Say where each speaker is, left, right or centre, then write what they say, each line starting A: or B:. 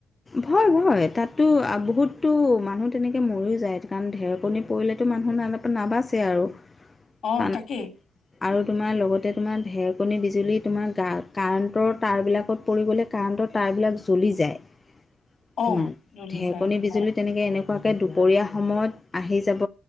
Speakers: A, on the left (about 20°); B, on the left (about 60°).
A: ভয় ভয় তাতো বহুততো মানুহ তেনেকে মৰিও যায় কাৰণ ঢেৰকণী পৰিলেতো মানুহ ন নাবাচে আৰু
B: অ
A: কণ
B: তাকেই
A: আৰু তোমাৰ লগতে তোমাৰ ঢেৰকণী বিজুলী তোমাৰ গাত কাৰেণ্টৰ তাঁৰবিলাকত পৰি গ'লে কাৰেণ্টৰ তাঁৰবিলাক জ্বলি যায়।
B: অ',
A: তোমাৰ
B: জ্বলি
A: ঢেকণী
B: যায়
A: বিজুলী
B: হয়,
A: তেনেকে এনেক দুপৰীয়া সময়ত আহি যাব